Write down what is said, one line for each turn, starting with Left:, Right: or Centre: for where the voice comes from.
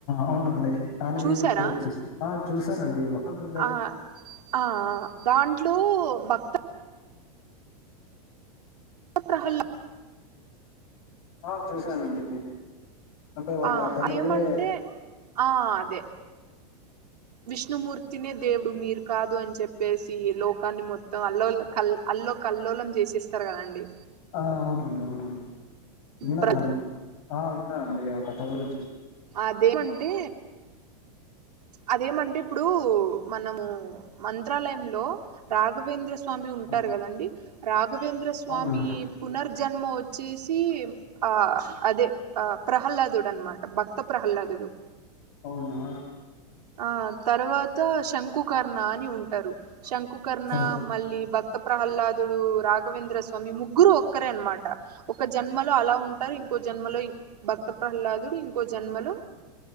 Left: అవునండి దాని
Right: చూసారా
Left: మేము వచ్చింది ఆ చూసానండి మొత్తం చూ
Right: ఆ ఆ దాంట్లో భక్త ప్రహల్లా
Left: ఆ చూశానండి అంటే వాళ్ళ
Right: ఆ
Left: తండ్రిని
Right: ఏమంటే ఆ అదే విష్ణు మూర్తినే దేవుడు మీరు కాదు అని చెప్పేసి లోకాన్ని మొత్తం అల్లోలు కల్ అల్లో కల్లోలం చేసేస్తారు కదండి
Left: ఆ అవునండి అవునండి ఇన్నదానీ
Right: ప్ర
Left: ఆ నా అండి ఆ కథ గురించి
Right: అదేమంటే అదేమంటే ఇప్పుడు మనము మంత్రాలయంలో రాఘవేంద్ర స్వా స్వామి ఉంటారు
Left: ఆ,
Right: కదండి రా రఘవేంద్ర స్వామి
Left: అవునండి
Right: పునర్ జన్మ వచ్చేసి ఆ అదే ఆ ప్రహ్లాదుడు అనమాట భక్త ప్రహ్లాదుడు
Left: అవునా
Right: ఆ తర్వాత శంకుకర్ణ అని ఉంటారు శంకుకర్ణ
Left: ఓ,
Right: మళ్ళీ భక్త ప్రహ్లాదుడు రాఘవేంద్ర స్వామి ముగ్గురు ఒక్కరే అనమాట ఒక జన్మలో అలా ఉన్ నారు ఇంకో జన్మలో ఈ భక్త ప్రహ్లాదుడు ఇంకో జన్మలో